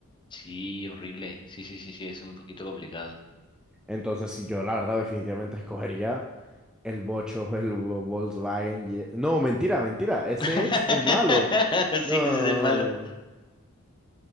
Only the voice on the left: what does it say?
Sí, horrible. Sí, sí, sí, sí, es un poquito complicado.
<laughs>
Sí, ese es el malo.